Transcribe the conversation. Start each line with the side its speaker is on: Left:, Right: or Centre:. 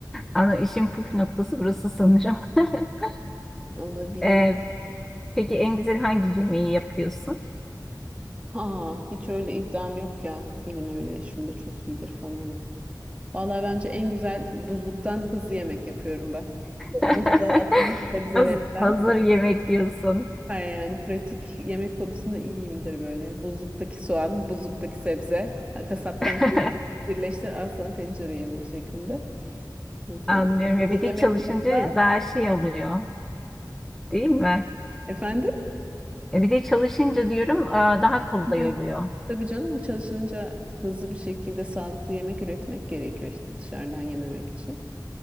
Centre: Ana işin püf noktası burası sanırım. <laughs>
Right: Olabilir.
Centre: E, peki en güzel hangi yemeği yapıyorsun?
Right: Ha, hiç öyle iddiam yok ya. Elim öyle şunda çok iyidir falan. Vallahi bence en güzel buzluktan hızlı yemek yapıyorum ben.
Centre: <laughs>
Right: Buzluğa atılmış sebzelerden.
Centre: Haz- Hazır yemek diyorsun.
Right: Süper yani pratik yemek konusunda iyiyimdir böyle. Buzluktaki soğan, buzluktaki sebze, ha, kasaptan
Centre: <laughs>
Right: kıyma, birleştir al sana tencere yemeği şeklinde. Mesela
Centre: Anlıyorum
Right: burada
Centre: ya bir de
Right: yemek
Centre: çalışınca
Right: yoksa
Centre: daha şey oluyor değil mi?
Right: efendim?
Centre: E bir de çalışınca diyorum e, daha kolay
Right: Evet.
Centre: oluyor.
Right: Tabii canım çalışınca hızlı bir şekilde sağlıklı yemek üretmek gerekiyor işte dışarıdan yememek için.